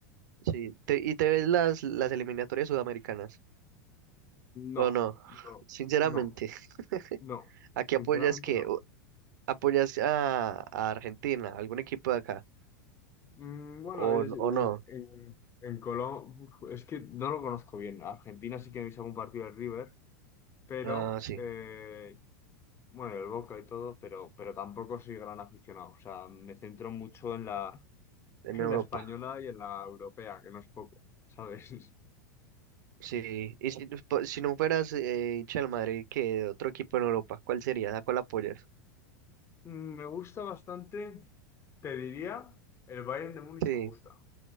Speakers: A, on the right; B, on the left.
A: sí, te- y te ves las, las eliminatorias sudamericanas. ¿O
B: No,
A: no?
B: no,
A: Sinceramente,
B: no,
A: <laughs>
B: no,
A: ¿aquí
B: sinceramente
A: apoyas que
B: no.
A: ¿Apoyas a, a Argentina, algún equipo de acá?
B: Mm, Bueno,
A: ¿O,
B: es,
A: n-
B: eh,
A: o no?
B: en, en Colombia es que no lo conozco bien. Argentina sí que he visto algún partido del River, pero
A: Ah, sí,
B: eh, bueno, el Boca y todo, pero, pero tampoco soy gran aficionado. O sea, me centro mucho en la, <laughs>
A: en
B: en
A: Europa.
B: la española y en la europea, que no es poco, ¿sabes? <laughs>
A: Sí, y si, pues, po- si no fueras eh, hincha del Madrid, qué de otro equipo en Europa, ¿cuál sería? ¿A cuál apoyas?
B: Mm, Me gusta bastante, te diría, el Bayern de Múnich
A: Sí,
B: me gusta.